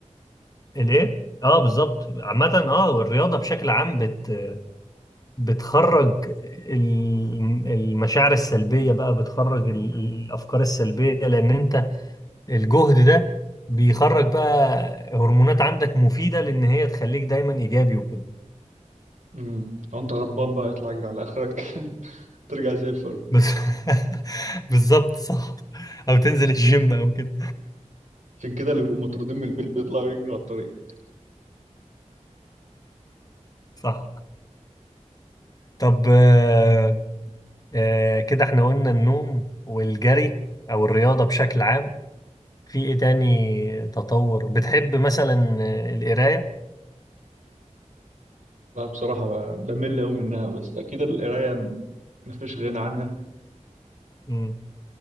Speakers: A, on the left; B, on the right.
A: الايه اه بالظبط عامة اه الرياضة بشكل عام بت بتخرج ال- المشاعر السلبية بقى بتخرج ال- الافكار السلبية لان انت الجهد ده بيخرج بقى هرمونات عندك مفيدة لأن هي تخليك دايما إيجابي وكده
B: امم لو أنت غضبان بقى اطلع اجري على آخرك <laughs> ترجع زي الفل
A: بس <laughs> بالظبط صح أو تنزل الجيم أو كده
B: عشان كده اللي بيبقوا مطرودين من البيت بيطلعوا يجروا على الطريق
A: صح طب آه، آه، كده احنا قلنا النوم والجري أو الرياضة بشكل عام في إيه تاني تطور بتحب مثلا آه، القراية؟
B: لا بصراحة ب- بمل أوي منها بس أكيد القراية م- مفيش غنى عنها
A: مم،